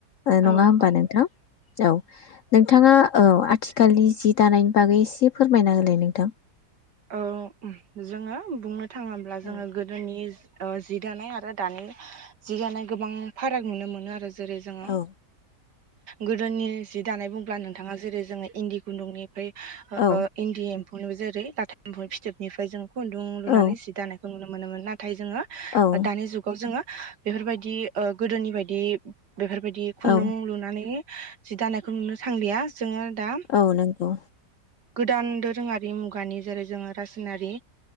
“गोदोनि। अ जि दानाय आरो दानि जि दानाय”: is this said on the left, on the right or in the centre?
Right